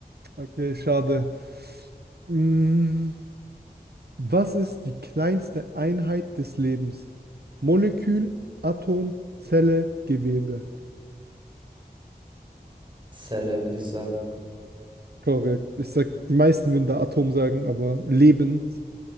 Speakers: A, on the right; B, on the right.
A: Okay, schade. Hm, was ist die kleinste Einheit des Lebens? Molekül, Atom, Zelle, Gewebe.
B: Zelle, würde ich sagen.
A: Korrekt. Ich sag, die meisten würden da Atom sagen, aber lebend,